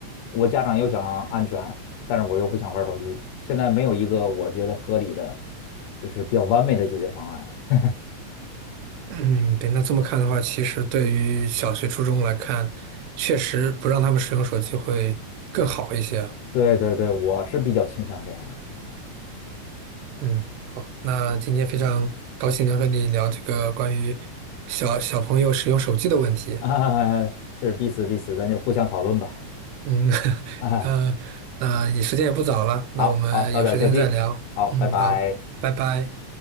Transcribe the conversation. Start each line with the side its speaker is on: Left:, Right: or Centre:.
Left: 我家长又想安全，但是我又不想玩儿手机，现在没有一个我觉得合理的，就是比较完美的解决方案。<laughs>
Right: 嗯，对，那这么看的话，其实对于小学、初中来看，确实不让他们使用手机会更好一些啊
Left: 对对对，我是比较倾向这样的
Right: 嗯，好，那今天非常高兴能和你聊这个关于小小朋友使用手机的问题。
Left: 啊，<laughs> 是彼此彼此，咱就互相讨论吧
Right: 嗯，<laughs>
Left: 啊，
Right: 那那也时间也不早了，
Left: <laughs>
Right: 那我们有时间再聊。
Left: 好好，早点休息，好，拜拜。
Right: 嗯，好，拜拜。